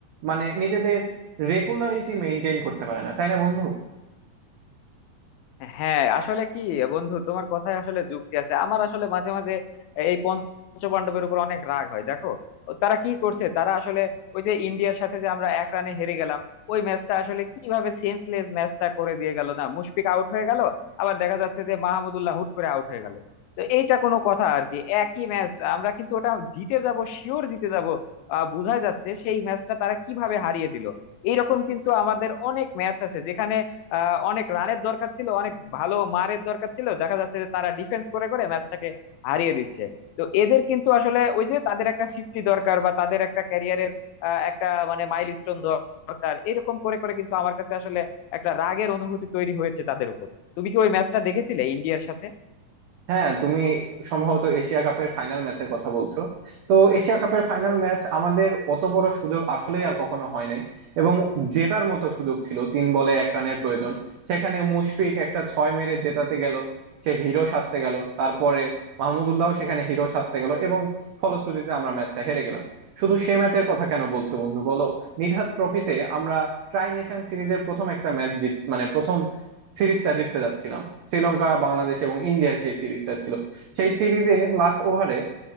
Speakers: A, on the right (about 80°); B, on the left (about 85°).
A: মানে নিজেদের রেগুলারিটি মেনটেন করতে পারে না তাই না বন্ধু
B: হ্যাঁ আসলে কি বন্ধু তোমার কথায় আসলে যুক্তি আছে আমার আসলে মাঝে মাঝে এই পঞ্চপাণ্ডবের উপর অনেক রাগ হয় দেখো ও তারা কি করছে তারা আসলে ওই যে ইন্ডিয়ার সাথে যে আমরা এক রানে হেরে গেলাম ওই ম্যাচটা আসলে কিভাবে সেন্সলেস ম্যাচটা করে দিয়ে গেল না মুশফিক আউট হয়ে গেল আবার দেখা যাচ্ছে যে মাহমুদুল্লাহ হুট করে আউট হয়ে গেল তো এইটা কোনো কথা আর কি একই ম্যাচ আমরা কিন্তু ওটা জিতে যাব শিওর জিতে যাব আহ বোঝাই যাচ্ছে সেই ম্যাচটা তারা কিভাবে হারিয়ে দিল এইরকম কিন্তু আমাদের অনেক ম্যাচ আছে যেখানে আহ অনেক রানের দরকার ছিল অনেক ভালো মারের দরকার ছিল দেখা যাচ্ছে যে তারা ডিফেন্স করে করে ম্যাচটাকে হারিয়ে দিচ্ছে তো এদের কিন্তু আসলে ওই যে তাদের একটা ফিফটি দরকার বা তাদের একটা ক্যারিয়ারের একটা মানে মাইলস্টোন দরকার এরকম করে করে কিন্তু আমার কাছে আসলে একটা রাগের অনুভূতি তৈরি হয়েছে তাদের উপর তুমি কি ওই ম্যাচটা দেখেছিলে ইন্ডিয়ার সাথে
A: হ্যাঁ তুমি সম্ভবত এশিয়া কাপের ফাইনাল ম্যাচের কথা বলছো তো এশিয়া কাপের ফাইনাল ম্যাচ আমাদের অত বড় সুযোগ আসলে আর কখনো হয় নাই এবং জেতার মতো সুযোগ ছিল তিন বলে এক রানের প্রয়োজন সেখানে মুশফিক একটা ছয় মেরে জেতাতে গেল সে হিরো সাজতে গেল তারপরে মাহমুদুল্লাহ সেখানে হিরো সাজতে গেল এবং ফলশ্রুতিতে আমরা ম্যাচটা হেরে গেলাম শুধু সে ম্যাচের কথা কেন বলছো বন্ধু বলো নিধাস ট্রফিতে আমরা ট্রাই নেশন সিরিজের প্রথম একটা ম্যাচ জিত মানে প্রথম সিরিজটা জিততে যাচ্ছিলাম শ্রীলঙ্কা বাংলাদেশ এবং ইন্ডিয়ার সেই সিরিজটা ছিল সেই সিরিজে লাস্ট ওভারে